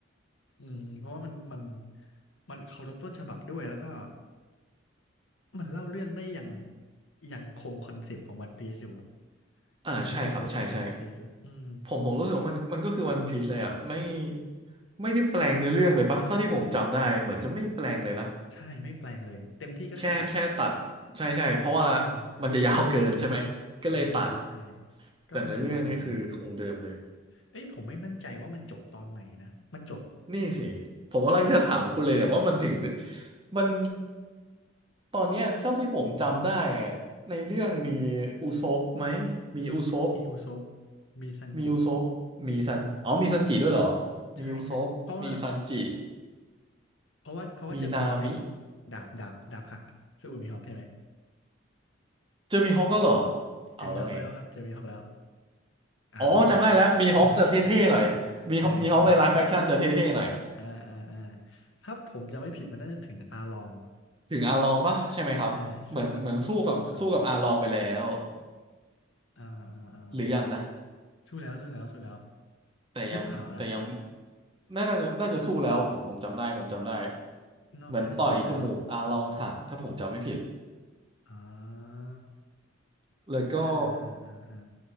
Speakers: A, on the left; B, on the right.
A: อืมเพราะว่ามันมันมันเคารพต้นฉบับด้วยแล้วก็มันเล่าเรื่องได้อย่างยังคงคอนเซปต์ของวันพีซอยู่อะ
B: อ่าใช่ครับใช่ใช่
A: เรายังรู้สึกว่ามันคือวันพีซอะอืม
B: ผมผมรู้สึกว่ามันมันก็คือวันพีซเลยอ่ะไม่ไม่ได้แปลงเนื้อเรื่องเลยปะเท่าที่ผมจำได้เหมือนจะไม่แปลงเลยนะ
A: ใช่ไม่แปลงเลยเต็มที่ก็คือตัด
B: แค่แค่ตัดใช่ใช่เพราะว่า
A: อืม
B: มันจะยาวเกินใช่ไหมก็เลยตัด
A: ใช่ใช่ใช่ก็เข้าใจตรงส่วนนั้นเหมือนกัน
B: แต่เนื้อเรื่องนี่คือคงเดิมเลย
A: เอ้ยผมไม่มั่นใจว่ามันจบตอนไหนนะ มันจบ
B: นี่สิผมกำลังจะถามคุณเลยเนี่ยว่ามันถึงมันตอนเนี้ยเท่าที่ผมจำได้อะในเรื่องมีอุซบไหมมีอุซบ
A: มีอุซปมีซันจิ
B: มีอุซบมีซันอ๋อมีซันจิด้วยเหรอ
A: ใช่ใช่เพราะว่า
B: มีอุซบมีซันจิ
A: เพราะว่าเพราะว่าเจอมีฮอกไง
B: มีนามิ
A: ดาบดาบดาบหักสู้กับมีฮอกใช่ไหม
B: เจอมีฮอกก็เหรอเอาแล้วไง
A: เจอมีฮอกแล้วครับเจอมีฮอกแล้วอ่าเรียบร้อยความสัก
B: อ๋อจำได้แล้วมีฮอกจะเท่ๆหน่อยมีฮอกมีฮอกในไลฟ์แฟคชั่นจะเท่ๆหน่อย
A: <laughs> ใช่ใช่อ่าอ่าอ่าถ้าผมจะไม่ผิดมันน่าจะถึงอาลอง
B: ถึงอาลองปะใช่ไหมครับเหมือนเหมือนสู้กับสู้กับอาลองไปแล้ว
A: ใช่สู้กับสู้กับอาลองอ่าอ่าอ่าอ่า
B: หรือยังนะ
A: สู้แล้วสู้แล้วสู้แล้ว
B: แต่ยังแต่ยัง
A: หรือเปล่านะ
B: น่าจะน่าจะสู้แล้วผมผมจำได้ผมจำได้
A: เนอะน่าจะจบแล้วเนาะ
B: เหมือนต่อยจมูกอาลองหักถ้าผมจำไม่ผิด
A: อ
B: แล้วก็
A: อ่าอ่าอ่าอ่า